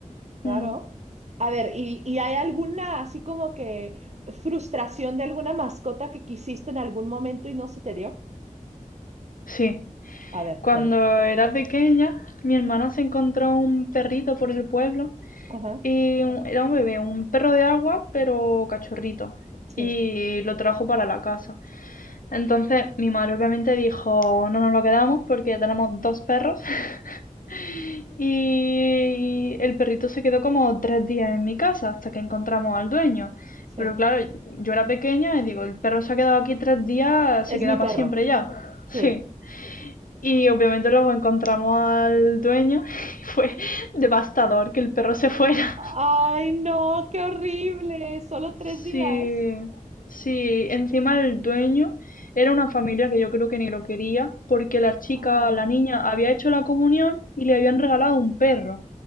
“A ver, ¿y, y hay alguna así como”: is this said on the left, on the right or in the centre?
Right